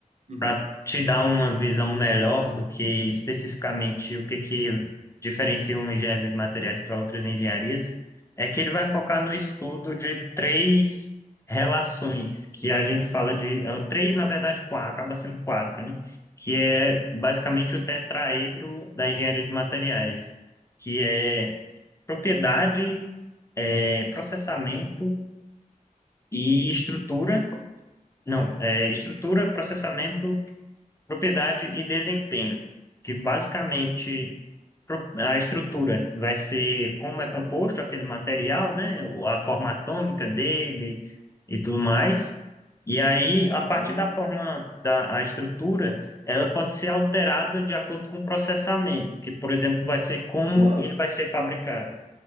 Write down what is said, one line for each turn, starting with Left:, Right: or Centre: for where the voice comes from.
Right: Uhum.
Left: para te dar uma visão melhor do que especificamente o que que diferencia uma engenharia de materiais para outras engenharias, é que ele vai focar no estudo de três relações que a gente fala de eh, três, na verdade, quatro, acaba sendo quatro, né? Que é basicamente o tetraedro da engenharia de materiais, que é propriedade, eh, processamento e estrutura. Não, é, estrutura, processamento Propriedade e desempenho, que basicamente pro- a estrutura vai ser como
Right: Opa.
Left: é composto aquele material, né? o- A forma atômica dele e tudo mais. E aí, a partir
Right: O
Left: da forma da a estrutura, ela pode ser alterada de acordo com o processamento, que, por exemplo, vai ser como
Right: Luan?
Left: ele vai ser fabricado.